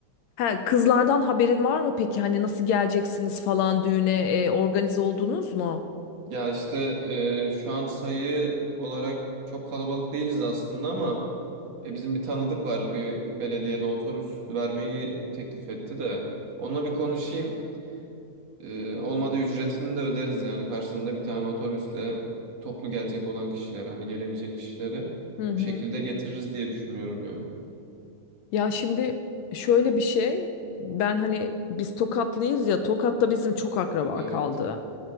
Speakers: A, on the left; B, on the right.
A: Ha, kızlardan haberin var mı peki? Hani nasıl geleceksiniz falan düğüne e, organize oldunuz mu?
B: Ya işte e, şu an sayı olarak çok kalabalık değiliz aslında ama E, bizim bir tanıdık var bir belediyede otobüs vermeyi teklif etti de onunla bir konuşayım. E, olmadı ücretini de öderiz yani karşılığında bir tane otobüsle toplu gelecek olan kişilere hani gelemeyecek kişilere
A: Hı
B: o
A: hı.
B: şekilde getiririz diye düşünüyorum ya.
A: Ya şimdi şöyle bir şey ben hani biz Tokatlıyız ya Tokat'ta bizim çok akraba
B: Evet.
A: kaldı.